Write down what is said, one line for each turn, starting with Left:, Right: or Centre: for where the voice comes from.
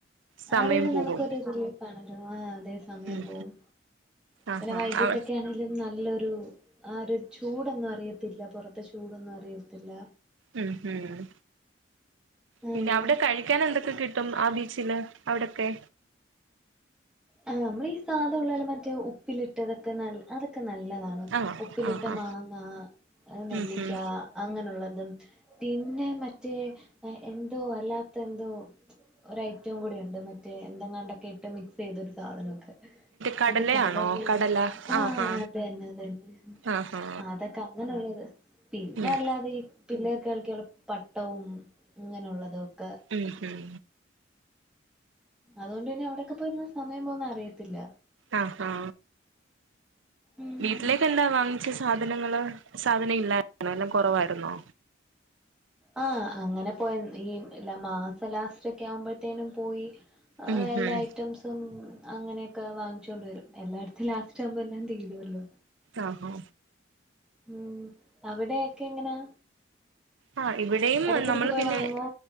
Right: സമയം
Centre: അതൊരു
Right: പോകും
Centre: നമുക്കൊരു റിലീഫാണ്. ആ അതേ സമയം
Right: ഉം
Centre: പോവും
Right: ആഹാ
Centre: പിന്നെ വൈകിട്ടൊക്കെ
Right: അവ
Centre: ആണെലും നല്ലൊരു ആ ഒരു ചൂടൊന്നും അറിയത്തില്ല പുറത്തെ ചൂടൊന്നും അറിയത്തില്ല.
Right: ഉം ഉം പിന്നെ
Centre: അങ്ങനെ
Right: അവിടെ കഴിക്കാൻ എന്തൊക്കെ കിട്ടും ആ ബീച്ച് ചില അവിടൊക്കെ
Centre: ആഹ നമ്മള ഈ സാധ ഉള്ളതല്ല മറ്റേ ഉപ്പിലിട്ടതൊക്കെ നല്ല അതൊക്കെ നല്ലതാ
Right: ആഹ്
Centre: ഉപ്പിലിട്ട
Right: ആഹാ
Centre: മാങ്ങ നെല്ലിക്ക
Right: ഉം ഉം
Centre: അങ്ങനുള്ളതും പിന്നെ മറ്റേ എന്തോ അല്ലാത്ത എന്തോ ഒരു ഐറ്റം കൂടി ഉണ്ട് മറ്റേ എന്തെങ്ങാണ്ടൊക്കെ ഇട്ട് മിക്സ് ചെയ്തൊരു സാധനമൊക്കെ
Right: കടലയാണോ
Centre: മറ്റേ കടലിൽ
Right: കടല
Centre: ആഹ
Right: ആഹാ
Centre: അതന്നെ അതന്നെ
Right: ആഹാ
Centre: അതൊക്കെ അങ്ങനുള്ളത് പിന്നെ
Right: ഉം
Centre: അല്ലാതെ ഈ പിള്ളേർ കളിക്കാനുള്ള പട്ടവും അങ്ങനെയുള്ളതൊക്കെ
Right: ഉം ഹും
Centre: അതുകൊണ്ട് പിന്നെ അവിടെക്കെ പോയിരുന്നാ സമയം പോന്ന അറിയത്തില്ല
Right: ആ ഹാ
Centre: ഉം
Right: വീട്ടിലേക്കണ്ടാ വാങ്ങിച്ചത് സാധനങ്ങള് സാധന ഇല്ലായിരുന്നോ എല്ലാം കുറവായിരുന്നോ
Centre: ആ അങ്ങനെ പോയ ഈ ല്ല മാസ ലാസ്റ്റ് ഒക്കെ ആവുമ്പോഴത്തേനും പോയി ആ
Right: ഉം
Centre: എല്ലാ
Right: ഉം
Centre: ഐറ്റംസും അങ്ങനെയൊക്കെ വാങ്ങിച്ചൊണ്ട് വരും എല്ലായിടത്തും ലാസ്റ്റ് ആവുമ്പോ എല്ലാം തീരുവല്ലോ
Right: ആഹോ
Centre: ഉം അവിടെ ഒക്കെ എങ്ങനാ
Right: ആഹ് ഇവിടെയും
Centre: ഇടക്കിടക്ക്
Right: നമ്മള്
Centre: പോയി
Right: പിന്നെ
Centre: വാങ്ങോ